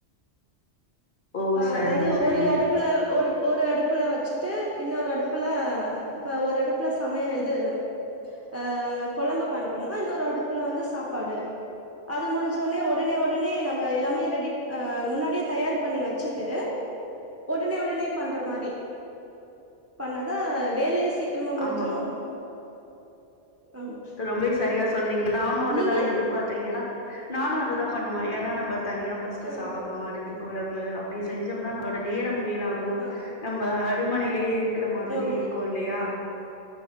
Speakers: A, on the left; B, on the right.
A: ஓ
B: ஆ
A: சரிங்க
B: அதாவ்து
A: சரிங்க
B: ஒரு அடுப்புல ஒரு ஒரு அடுப்புல வச்சுட் டு இன்னோரு அடுப்புல இப்ப ஒரு அடுப்புல சமைய இது அ, கொழம்பு பண்றோம்னா இன்னோரு அடுப்புல வந்து சாப்பாடு அது முடிஞ்சொட்னே ஒடனே ஒடனே நம்ம எல்லாமே ரெடிப் அ, முன்னாடியே தயார் பண்ணிருவே ச்சுட்டு ஒடனே ஒடனே பண்ற மாரி பண்ணாதா வேலை சீ க்ரமா முடிஞ்சிரு
A: ஆமா
B: ஆமா
A: ரொம்பவே சரியா சொன்னீங்கள் நானு அத
B: நீங்க
A: தா எதிர்பாத்தே ஏனா நானு அத தா பண்ணுவ ஏன்னா நம்ப தனியா ஃபஸ்ட்டு
B: ம்
A: சாதோ அடு த்து கொழம்பு அப்டி செஞ் சம்னா நம்ளோட நேரம் வீணாகு
B: ஆ
A: நம்ம அடுமனைலயே இரு க்கற மாதிரி
B: ஆமா
A: இருக்கு இல்லையா